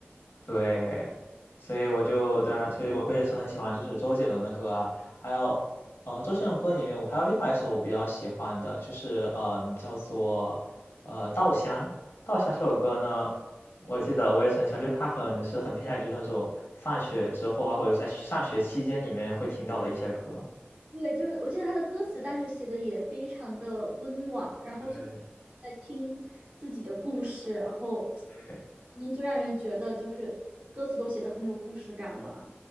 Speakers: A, on the left (about 75°); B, on the right (about 45°).
A: 对，所以我就对啊，所以我我也是很喜欢就是周杰伦的歌啊，还有，呃，周杰伦的歌里面我还有另外一首我比较喜欢的，就是嗯、叫做呃《稻香》。《稻香》这首歌呢，我记得我也是很喜欢，就是他很是很偏向于那种放学之后啊，或者在上学期间里面会听到的一些歌。
B: 对，就是我记得他的歌词，但是写的也非常的温暖，然后就
A: 对。
B: 在听自己的故事，然后
A: 对。
B: 您就让人觉得就是歌词都写的很有故事感了。